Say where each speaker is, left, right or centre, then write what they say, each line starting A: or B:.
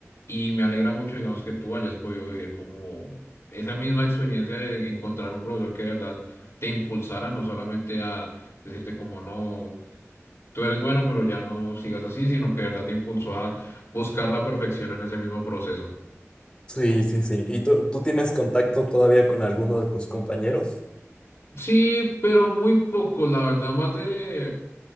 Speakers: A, on the left (about 60°); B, on the left (about 20°).
A: Y me alegra mucho, digamos, que tú hayas podido vivir como esa misma experiencia de encontrar un profesor que de verdad te impulsara, no solamente a decirte como no, tú eres bueno, pero ya no sigas así, sino que de verdad te impulsó a buscar la perfección en ese mismo proceso.
B: sí, sí, sí. ¿Y tú, tú tienes contacto todavía con alguno de tus compañeros?
A: Sí, pero muy poco, la verdad, más de